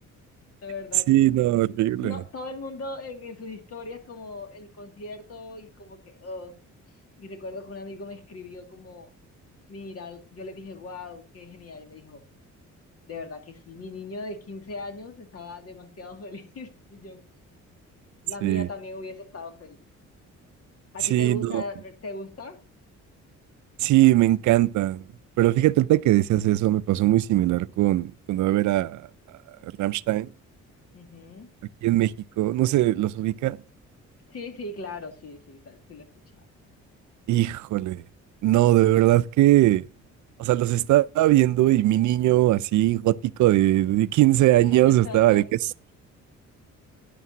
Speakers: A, on the left; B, on the right.
A: La verdad,
B: Sí,
A: fue-
B: no, horrible.
A: no, todo el mundo en, en sus historias como el concierto y como que, oh. Y recuerdo que un amigo me escribió como, mira, yo le dije, wow, qué genial. Y me dijo, de verdad que sí, mi niño de 15 años estaba demasiado feliz. <laughs> Y yo, La
B: Sí,
A: mía también hubiese estado feliz. ¿A
B: sí,
A: ti te gusta?
B: no.
A: ¿Te gusta?
B: Sí, me encantan. Pero fíjate, ahorita que decías eso, me pasó muy similar con cuando iba a ver a, a Rammstein
A: Ujú.
B: aquí en México. No sé, ¿los ubica?
A: Sí, sí, claro, sí, sí, tal- sí lo he escuchado.
B: Híjole, no, de verdad que. O sea, los estaba viendo y mi niño así gótico de, de 15 años
A: <laughs>
B: estaba de que es.